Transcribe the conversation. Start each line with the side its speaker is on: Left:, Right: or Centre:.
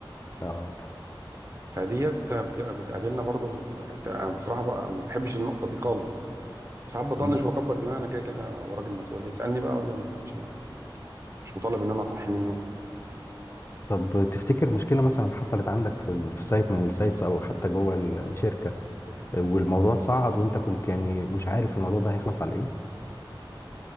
Left: اه
Right: فديت بتبقى بتقابلنا برضو بتبقى بصراحه بقى ما بحبش النقطه دي خالص يعني وساعات بطنش
Left: مم.
Right: واكبر دماغي انا كده كده وراجل مسؤول يسالني بقى اقول له انا مش انا هبلغ مش مطالب ان انا اصحي منه
Left: طب تفتكر مشكله مثلا حصلت عندك في ال- في سايت من السايتس او حتى جوه ال- الشركه والموضوع اتصعد وانت كنت يعني مش عارف الموضوع ده هيخلص على ايه